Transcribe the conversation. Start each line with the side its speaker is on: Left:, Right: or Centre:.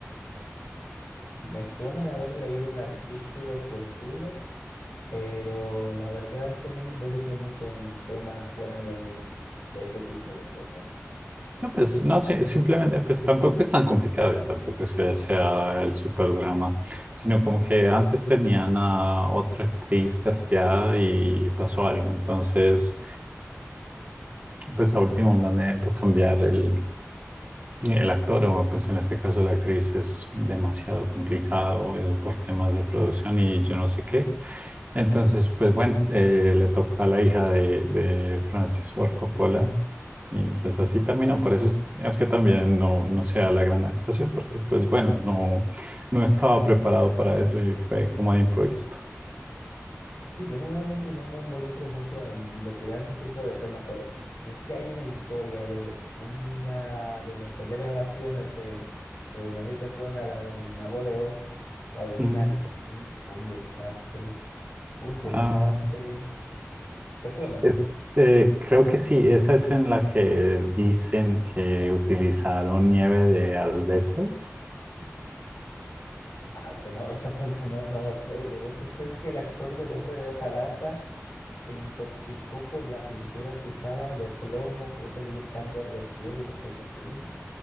Left: Me suena de haber leído un artículo por Twitter pero la verdad es que no me involucro mucho en temas fuera de, de ese tipo de cosas.
Right: No, pues no, sí, simplemente, pues tampoco es tan complicado y tampoco es que sea el super drama, sino como que antes tenían a otra actriz casteada y pasó algo, entonces pues a último momento cambiar el, El actor, o pues en este caso la actriz, es demasiado complicado eh, por temas de producción y yo no sé qué. Entonces, pues bueno, eh, le tocó a la hija de, de Francis Ford Coppola y pues así terminó. Por eso es, es que también no, no sea la gran actuación, porque pues bueno, no, no estaba preparado para eso y fue como de improviso.
Left: Sí, yo normalmente no me involucro mucho en investigar ese tipo de temas, pero es que hay una historia de una de los set de grabaciones de, eh, no sé si te suena, la del Mago de Oz, la original,
Right: Mm.
Left: que fue un, fue un desastre, fue un desastre.
Right: Ah,
Left: ¿Te suena?
Right: es, eh, creo que sí, esa es en la que dicen que utilizaron nieve de asbestos.
Left: Ah, eso no, <laughs> esa parte no, no lo sé. Yo lo que sé es que el actor del Hombre de Hoja Lata se intoxicó por la pintura que usaba de plomo. Creo que le dio cáncer de piel, una cosa así.